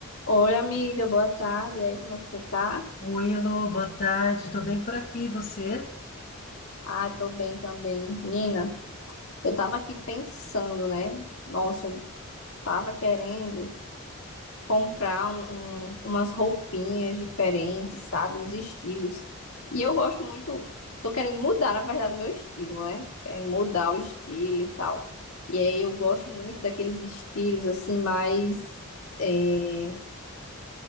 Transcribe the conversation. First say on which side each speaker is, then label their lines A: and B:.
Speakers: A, on the left; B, on the left.
A: Oi, amiga, boa tarde. E aí, como é que você tá?
B: Oi, Elô, boa tarde. Tô bem por aqui, e você?
A: Ah, tô bem também. Nina, eu tava aqui pensando, né? Nossa, eu tava querendo comprar um- um- umas roupinhas diferentes, sabe? Uns estilos. E eu gosto muito, tô querendo mudar, na verdade, o meu estilo, né? Querendo mudar o estilo e tal. E aí eu gosto muito daqueles estilos, assim, mais. eh,